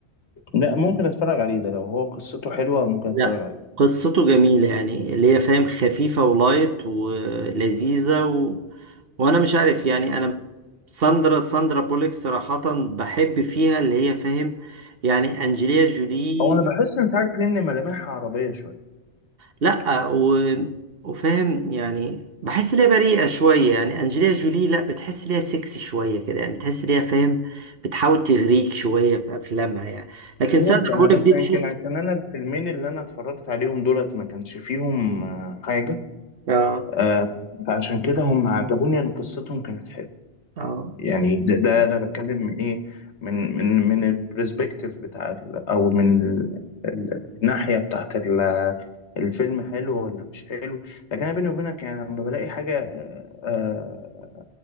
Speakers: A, on the left; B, on the right.
A: لا ممكن اتفرج عليه ده لو هو قصته حلوه ممكن
B: لا
A: اتفرج عليه
B: قصته جميلة يعني اللي هي فاهم خفيفة ولايت ولذيذة و... وأنا مش عارف يعني أنا ساندرا ساندرا بوليك صراحة بحب فيها اللي هي فاهم يعني أنجليا جولي
A: هو انا بحس مش عارف ليه ان ملامحها عربيه شويه
B: لا و... وفاهم يعني بحس ليها بريئة شوية يعني أنجلينا جولي لا بتحس ليها سكسي شوية كده يعني بتحس ليها فاهم بتحاول تغريك شوية في أفلامها يعني لكن
A: ممكن
B: ساندرا
A: انا
B: بوليك
A: بس
B: دي
A: يمكن
B: تحس
A: عشان انا الفيلمين اللي انا اتفرجت عليهم دولت ما كانش فيهم آه، حاجه
B: اه
A: آه، فعشان كده هم عجبوني ان قصتهم كانت حلوه
B: اه
A: يعني ده, ده انا بتكلم من ايه من من من البرسبكتيف بتاع ال- او من ال- ال- الناحيه بتاعت ال- الفيلم حلو ولا مش حلو لكن انا بيني وبينك يعني لما بلاقي حاجه آه، آه،